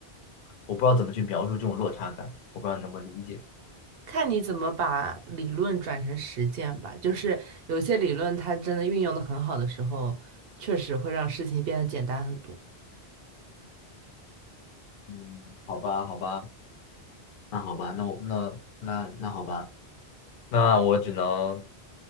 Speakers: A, on the left; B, on the right.
A: 我不知道怎么去描述这种落差感，我不知道你能不能理解。
B: 看你怎么把理论转成实践吧。就是有些理论它真的运用的很好的时候，确实会让事情变得简单很多。
A: 嗯，好吧，好吧，那好吧，那我那那那好吧，那我只能